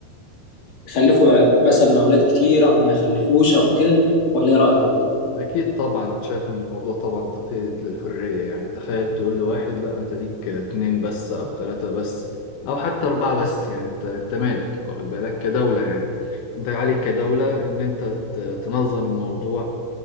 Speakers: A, on the left (about 40°); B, on the left (about 80°).
A: يخلفوا ع- مثلا اولاد كتير او ما يخلفوش او كده ولا ايه رأيك انت
B: أكيد طبعا أنا شايف إن الموضوع طبعا تقييد للحرية يعني تخيل تقول لواحد لا أنت ليك اتنين بس أو تلاتة بس أو حتى أربعة بس يعني أنت أنت مالك واخد بالك كدولة يعني أنت عليك كدولة إن أنت ت- تنظم الموضوع